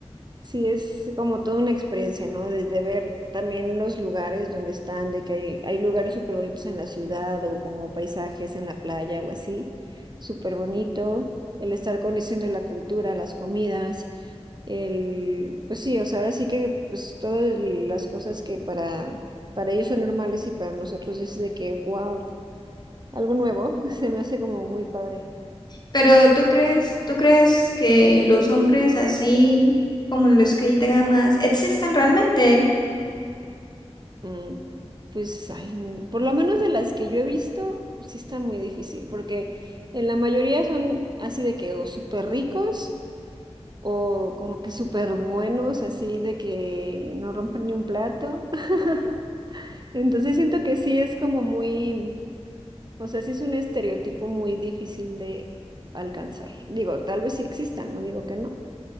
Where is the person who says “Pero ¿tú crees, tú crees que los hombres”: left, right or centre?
Left